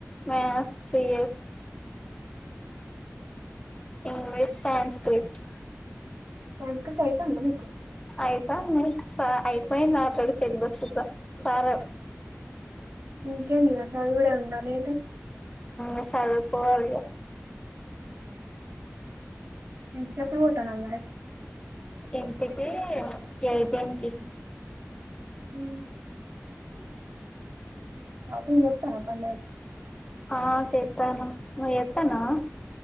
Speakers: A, on the left (about 15°); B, on the right (about 60°).
A: maths CS English Sanskrit
B: Sanskrit అయితాందా మీకు
A: అయితంది సా అయిపోయింది అల్ రెడీ సిలబ్స్ ఇగ సార్
B: ఇంకేంది ఇగ చదువుడే ఉంద లేదుగా
A: ఊ సదువుకోవాలి ఇగ
B: ఇంటికి ఎప్పుడు పోతన్నావు మరి
A: ఇంటికి ఏయిటిన్ కి
B: హు షాపింగ్ చెత్తారా పండగకి
A: ఆ సేత్తను నువ్వు చెత్తన్నావా